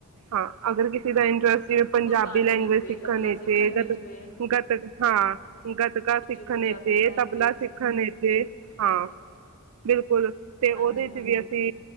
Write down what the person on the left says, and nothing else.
ਗੁਰਬਾਣੀ
ਵਿੱਚ ਵੇ,
ਤਬਲਾ
ਵਿੱਚ
ਵੇ,
ਵਿੱਚ
ਪੰਜਾਬੀ
ਲੈਂਗੁਏਜ
ਹਾਂਜੀ-ਹਾਂਜੀ,